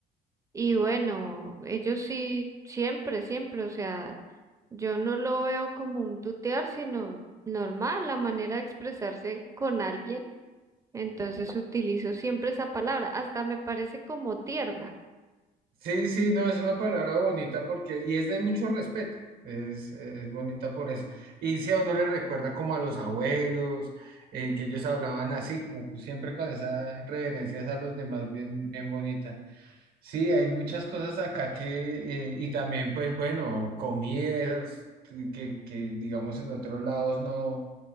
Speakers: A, on the right; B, on the right.
A: Y bueno, ellos sí, siempre, siempre, o sea, yo no lo veo como un tutear, sino normal, la manera de expresarse con alguien. Entonces utilizo siempre esa palabra, hasta me parece como tierna.
B: Sí, sí, no, es una palabra bonita porque, y es de mucho respeto, es, es bonita por eso. Y si a uno le recuerda como a los abuelos, eh, que ellos hablaban así, como siempre con esas reverencias a los demás, bien, bien bonita. Sí, hay muchas cosas acá que, eh, y también pues bueno, comidas que, que digamos en otros lados no,